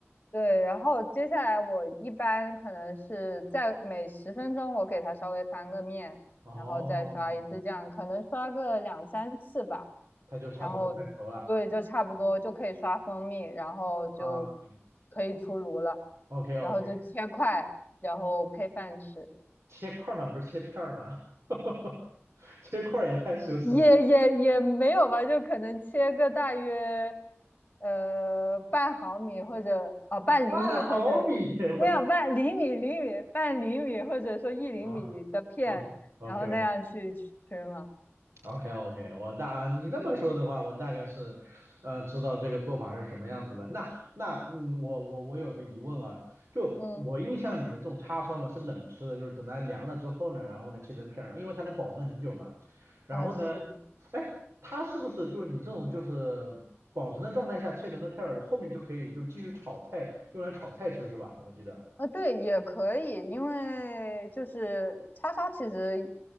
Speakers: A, on the left; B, on the right.
A: 对，然后接下来我一般可能是在每十分钟我给它稍微翻个面，
B: 哦，
A: 然后再刷一次酱，可能刷个两三次吧，
B: 它就差不多快熟了
A: 然后对，就差不多就可以刷蜂蜜，然后就
B: 啊。
A: 可以出炉了，
B: OK OK，
A: 然后就切块，然后配饭吃。
B: 切块儿嘛，不是切片儿嘛，<laughs> 切块儿也太奢侈了。
A: 也也也没有吧，就可能切个大约呃半毫米或者啊、半厘米或者
B: 半毫米，
A: 没有半厘米厘米半厘米或者说一厘米的片，
B: 我啊，OK OK
A: 然后那样去去吃嘛。
B: OK OK OK，我大你这么说的话，我大概是，呃，知道这个做法是什么样子了。那那嗯，我我我有个疑问啊，就我印象里面这种叉烧嘛是冷吃的，
A: 嗯，
B: 就是等它凉了之后呢，然后呢切成片儿，因为它能保存很久嘛。然后呢，
A: 哦是，
B: 哎，它是不是就是你这种就是保存的状态下切成的片儿，后面就可以就继续炒菜，用来炒菜吃是吧？我记得，
A: 啊，对，也可以，因为就是叉烧，其实